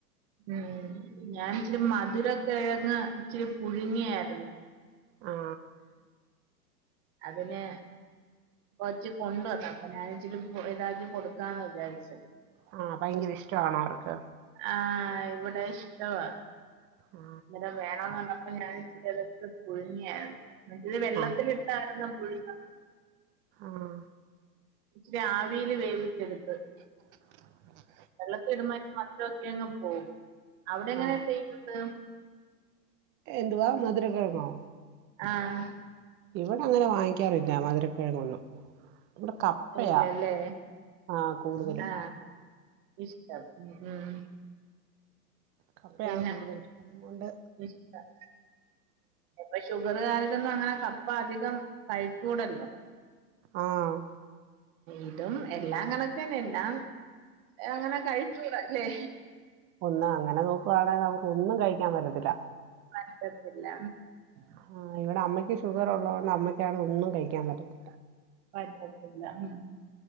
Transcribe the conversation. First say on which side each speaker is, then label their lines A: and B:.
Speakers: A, on the right (about 45°); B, on the right (about 25°).
A: ഉം ഞാൻ ഇച്ചിരി മധുരകിഴങ്ങ് ഇച്ചിരി പുഴുങ്ങിയാരുന്ന്
B: ആ
A: അതിന് കൊച്ച് കൊണ്ടുവന്ന അപ്പൊ ഞാൻ ഇച്ചിരി ഇതാക്കി കൊടുക്കാന്ന് വിചാരിച്ച്
B: ആഹ് ഭയങ്കര ഇഷ്ടം ആണോ ആവർക്ക്
A: ആഹ് ഇവിടെ ഇഷ്ടവാ
B: ആ
A: അന്നരം വേണന്ന് അപ്പൊ ഞാൻ ചതത്ത് പുഴുങ്ങിയായിരുന്നു എന്നച്ചത് വെള്ളത്തിലിട്ടായിരുന്ന
B: ആ
A: പുഴുങ്ങി
B: ആഹ്
A: ഇച്ചരി ആവീൽ വേവിച്ചെടുത്ത്
B: ഉ <unintelligible>
A: വെള്ളത്തി ഇടുമ്പോ അതിൻ്റെ മധുരൊക്കെ അങ്ങ് പോകും അവിടെ
B: ആ
A: എങ്ങനെയാ
B: ആ
A: ചെയ്യുന്നത്
B: എന്തുവാ മധുര കിഴങ്ങോ
A: ആഹ്
B: ഇവിടെ അങ്ങനെ വാങ്ങിക്കാറില്ല മധുരകിഴങ്ങൊന്നും ഇവിടെ കപ് പ്പയാ
A: ഇല്ലല്ലേ
B: ആഹ് കൂടുതലും
A: ആ ഇഷ്ടം ഉം, ഉം.
B: കപ്പയാണ്
A: പിന്നെ
B: കൂടുതൽ ഇഷ്ടം അത് കൊണ്ട്
A: ഇഷ്ടം ഇപ്പൊ ഷുഗറുകാരെ ക്കൊന്നും അങ്ങനെ കപ്പ അധികം കഴിച്ചൂടല്ലോ
B: ആഹ്
A: ഇതും എല്ലാം കണക്കന്നെ എല്ലാം അങ്ങനെ കഴിച്ചൂടല്ലേ
B: എന്നാ അങ്ങനെ നോക്കുവാണെങ്കിൽ നമുക്ക് ഒന്നും കഴിക്കാൻ പറ്റത്തില്ല
A: പറ്റത്തില്ല
B: ആഹാ ഇവിടെ അമ്മയയെക്ക് ഷുഗർ ഒള്ളത് കൊണ്ട് അമ്മയ്ക്കാണ് ഒന്നും കഴിക്കാൻ പറ്റത്തി
A: പറ്റത്തില്ല ഉം